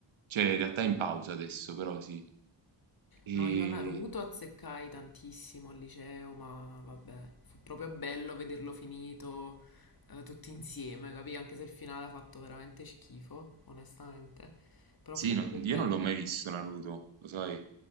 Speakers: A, on the right; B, on the left.
A: cioè in realtà è in pausa adesso, però sì. E
B: No, io Naruto azzeccai tantissimo al liceo, ma vabbè, fu proprio bello vederlo finito eh, tutti insieme, capì? Anche se il finale ha fatto veramente schifo, onestamente, però
A: sì,
B: fu
A: no-
B: proprio
A: io
B: bello
A: non l'ho mai visto Naruto, lo sai?